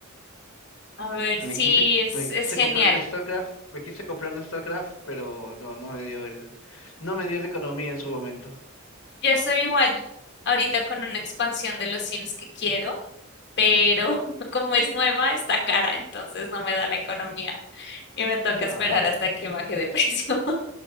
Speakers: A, on the left; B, on the left.
A: A ver, sí,
B: Me quise,
A: es,
B: me
A: es
B: quise
A: genial.
B: comprar de StarCraft, me quise comprar de StarCraft, pero no, no me dio el, no me dio la economía en su momento.
A: Yo estoy igual ahorita con una expansión de los Sims que quiero, pero <laughs> como es nueva, está cara, entonces no me da la economía y me toca
B: Ah,
A: esperar hasta que baje de <laughs> precio.